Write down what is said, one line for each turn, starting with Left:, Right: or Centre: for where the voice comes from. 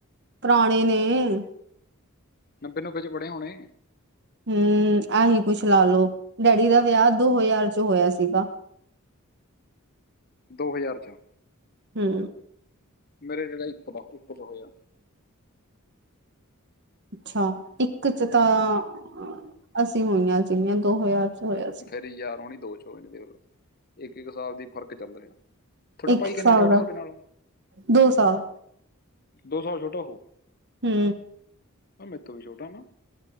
Right: ਪੁਰਾਣੇ ਨੇ।
Left: ਨੱਬੇ ਨੁਬੇ ਚ ਪੜੇ ਹੋਣੇ।
Right: ਹੂੰ ਐਹੀ ਕੁਛ ਲਾ ਲੋ ਡੈਡੀ ਦਾ ਵਿਆਹ ਦੋ ਹਜ਼ਾਰ ਚ ਹੋਇਆ ਸੀਗਾ।
Left: ਦੋ ਹਜ਼ਾਰ ਚ।
Right: ਹੂੰ
Left: ਮੇਰੇ ਡੈਡੀ ਦਾ ਇੱਕ ਦਾ ਇੱਕ ਚ ਹੋਇਆ।
Right: ਅੱਛਾ ਇੱਕ ਚ
Left: ਹੂੰ
Right: ਤਾਂ ਅਸੀਂ ਹੋਈਆਂ ਸੀਗੀਆਂ ਦੋ ਹਜ਼ਾਰ। ਚ ਹੋਇਆ ਸੀ।
Left: ਡੈਡੀ ਦੇ ਯਾਰ ਹੋਣੀ ਦੋ ਚ ਹੋਏ ਨੇ ਇੱਕ ਇੱਕ ਸਾਲ ਦੀ ਫ਼ਰਕ ਚੱਲ ਰਿਹਾ। ਥੋਡਾ
Right: ਇੱਕ
Left: ਭਾਈ ਕਿੰਨਾ
Right: ਸਾਲ
Left: ਛੋਟਾ
Right: ਦਾ
Left: ਥੋਡੇ ਨਾਲੋਂ
Right: ਦੋ ਸਾਲ
Left: ਦੋ ਸਾਲ ਛੋਟਾ ਹੋਉ
Right: ਹੂੰ
Left: ਉਹ ਮੇਰੇ ਤੋਂ ਵੀ ਛੋਟਾ ਨਾ।